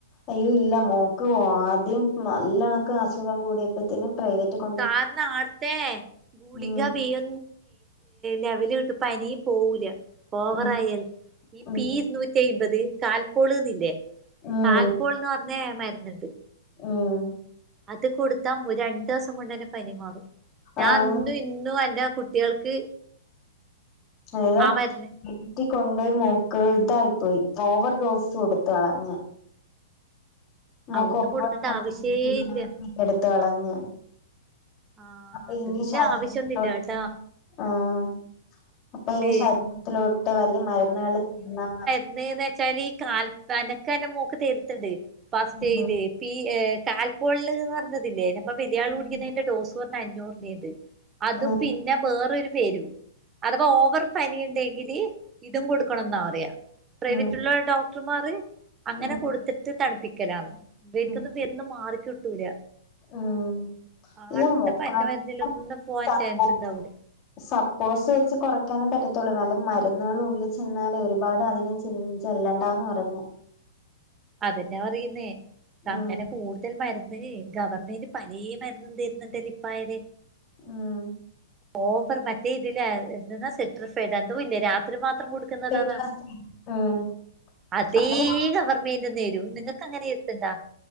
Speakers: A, on the left; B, on the right.
A: അയ്യോ ഇല്ല മോക്ക് ആദ്യം നല്ലണക്ക് അസുഖം കൂടിയപ്പോത്തനും.. പ്രൈവറ്റകൊ..
B: കാരന് ആടുത്ത ഗുളിക
A: ഉം
B: ബെയ്യ.. ലെവല് കിട്ട്പ്പ പനി പോവൂല. ഓവറായൽ
A: ഉം
B: ഈ
A: ഉം
B: പി ഇരുന്നൂറ്റിമ്പത് കാൽപോളന്നില്ലേ..
A: ഉം
B: കാൽപൂൾന്ന്റഞ്ഞ മരുന്നുണ്ട്.
A: ഉം
B: അത് കൊടുത്താ ഒരു രണ്ടു ദിവസം കൊണ്ട് ന്നെ പനി മാറും. ഞാൻ
A: ആഹ്
B: ഇന്നും ഇന്നും എന്റെ കുട്ടികൾക്ക്..
A: ഏത..
B: ആ മരുന്ന്
A: വീറ്റൊണ്ട് മോക്ക് ഇതായിപ്പോയി ഓവർ ഡോസ് കൊടുത്ത കളഞ്ഞ.. നമക്ക്
B: ആ ഒന്നും
A: ഓ <unintelligible>
B: കൊടുക്കേണ്ട ആവശ്യേ
A: ദിവസത്തേക്ക്
B: ഇല്ല
A: എടുത്ത കളഞ്ഞ
B: ആ
A: അപ്പൊ
B: അതിന്റെ
A: ഇനി ശാരീരി
B: ആവശ്യൊന്നുല്ല
A: പ്രവർത്ത..
B: കേട്ടാ
A: ആഹ് അപ്പൊ
B: ഇത്
A: ഇനി ശരീരത്തിലോട്ട് വലിയ മരുന്നുകൾ ചെന്നാ
B: എന്നന്ന് വെച്ചാല് ഈ കാൽപ്പനൊക്കെന്നെ മോക്ക് തരട്ടണ്ട് ഫസ്റ്റ്
A: ഉം
B: ഇത് ഈ ഏഹ കാൽപോൾന്ന് പറഞ്ഞതില്ലേ ഞമ്മള് വലിയാള്
A: ഉം
B: കുടിക്കുന്നതിന്റെ ഡോസ് കൊറഞ്ഞ അഞ്ഞൂറിന്റെണ്ട് അതും
A: ഉം
B: പിന്നെ ബേറൊരു പേരും അതവാ ഓവർ പനിണ്ടെങ്കില് ഇതും കൊടുക്കണംന്നാ പറയാ പ്രൈവറ്റുള്ള
A: ഉം
B: ഡോക്ടർമാർ അങ്ങനെ
A: ഉം
B: കൊടുത്തിട്ട് ട്ട് തണുപ്പിക്കലാന്ന് ഇബർക്കൊന്നും
A: ഉം
B: ബര്ണത് മാറിക്കിട്ടൂല
A: ഉം
B: ആട്ത്തെ
A: ഇല്ല മോക്കാണെങ്കി
B: പനിന്റെ മരുന്നിലൊന്നും പോവാൻ
A: സപ്പോസ്
B: ചാൻസ്ണ്ടാവൂല
A: സപ്പോസ് വെച്ച് കുറക്കാനേ പറ്റത്തുള്ളൂ നല്ല മരുന്നുകൾ ഉള്ളിൽ ചെന്നാലേ ഒരുപാട് അധികം ചിന്ത് ചെല്ലണ്ടാന്ന് പറഞ്
B: അതെന്നെ പറയുന്നേ
A: ഉം
B: അങ്ങനെ കൂടുത ൽ മരുന്ന് ഗവൺമെന്റ് പലേ മരന്നും തരുന്നുണ്ടല്ലേ ഇപ്പായല്
A: ആഹ്
B: ഓവർ മറ്റേ ഇതില എന്തന്നാ സിട്രസൈടോ ന്തോ യില്ലേ രാത്രി മാത്രം കൊടു കൊടുക്കുന്നത്
A: സിട്രസിൻ
B: അതാ
A: ഉം
B: അതേ
A: അത്
B: ഗവണ്മെന്റ് <unintelligible> തരും നിങ്ങക്കങ്ങനെ എർത്തണ്ടാ